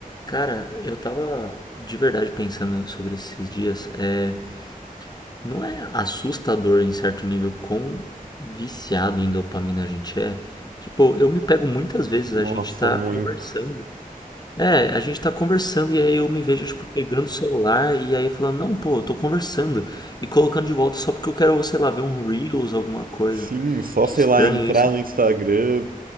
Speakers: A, on the left (about 30°); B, on the right (about 75°).
A: Cara, eu tava de verdade pensando sobre esses dias. É, não é assustador em certo nível quão viciado em dopamina a gente é? Tipo, eu me pego muitas vezes,
B: Nossa,
A: a gente tá
B: muito.
A: conversando. É, a gente tá conversando e aí eu me vejo, tipo, pegando o celular e aí falando, não, pô, eu tô conversando. E colocando de volta só porque eu quero, sei lá, ver um Reels, alguma coisa.
B: Sim, só
A: Que
B: sei
A: estranho
B: lá, entrar
A: isso,
B: no
A: né?
B: Instagram